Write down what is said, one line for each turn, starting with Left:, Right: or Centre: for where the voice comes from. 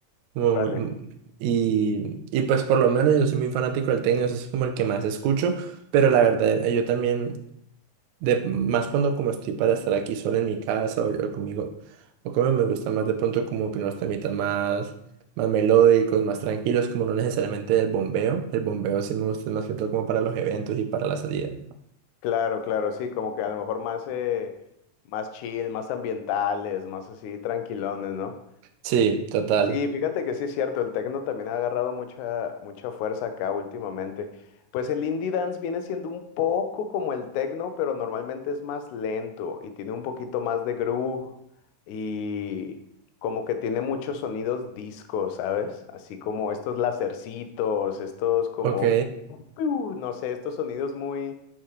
Right: como
Left: vale.
Right: mu- y, y pues por lo menos yo soy muy fanático del tecno, eso es como el que más escucho. Pero la verdad, eh, yo también, de, más cuando como estoy para estar aquí solo en mi casa o, o conmigo, o como me gusta más de pronto como que unos temitas más, más melódicos, más tranquilos, como no necesariamente del bombeo. El bombeo sí me gusta más que todo como para los eventos y para las salidas.
Left: Claro, claro, sí, como que a lo mejor más, eh, más chill, más ambientales, más así tranquilones, ¿no?
Right: Sí, total.
Left: Sí, fíjate que sí es cierto, el techno también ha agarrado mucha, mucha fuerza acá últimamente. Pues el indie dance viene siendo un poco como el techno, pero normalmente es más lento y tiene un poquito más de groove y como que tiene muchos sonidos disco, ¿sabes? Así como estos lacercitos, estos como,
Right: Ok.
Left: piu, no sé, estos sonidos muy,